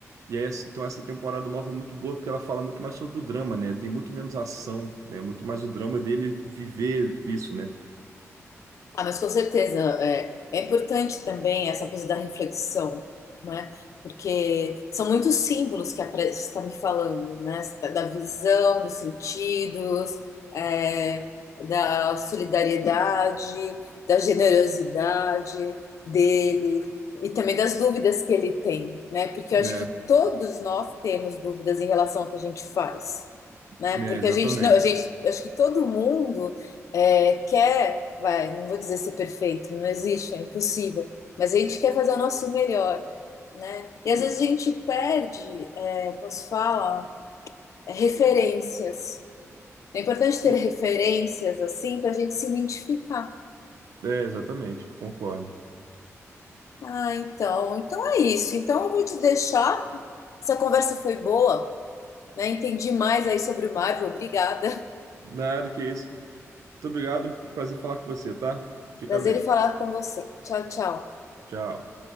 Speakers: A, on the right; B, on the left.
A: e aí, assim, então essa temporada nova é muito boa porque ela fala muito mais sobre o drama, né? Tem muito menos ação, né? Muito mais o drama dele viver isso, né?
B: Ah, mas com certeza é, é importante também essa coisa da reflexão, né? Porque são muitos símbolos que apare- você está me falando, né? Você tá- Da visão, dos sentidos, é, da solidariedade, da generosidade dele e também das dúvidas que ele tem, né? Porque
A: Né?
B: eu acho que todos nós temos dúvidas em relação ao que a gente faz, né?
A: Né,
B: Porque
A: exatamente.
B: a gente não, a gente, acho que todo mundo é, quer, vai, não vou dizer ser perfeito, não existe, é impossível, mas a gente quer fazer o nosso melhor, né? E às vezes a gente perde, é, como se fala, é, referências. É importante ter
A: E-
B: referências assim para a gente se identificar.
A: É, exatamente, concordo.
B: Ah, então, então é isso. Então eu vou te deixar. Essa conversa foi boa, né? Entendi mais aí sobre o Marvel. Obrigada. <laughs>
A: Nada que isso. Muito obrigado, prazer falar com você, tá? Fica
B: Prazer
A: bem.
B: em falar com você. Tchau, tchau.
A: Tchau.